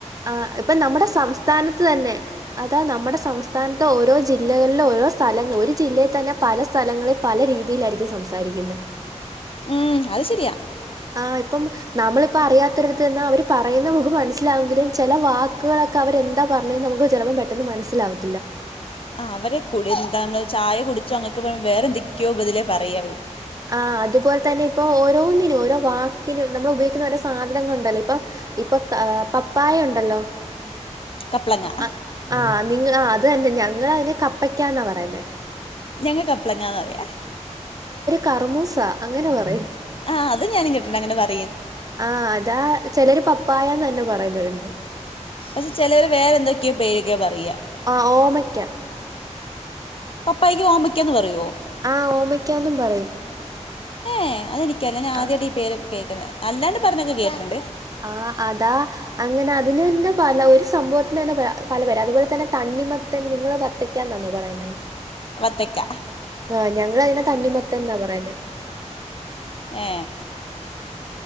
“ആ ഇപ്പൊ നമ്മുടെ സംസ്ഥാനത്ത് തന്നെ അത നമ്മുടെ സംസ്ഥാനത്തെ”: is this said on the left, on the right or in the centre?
Right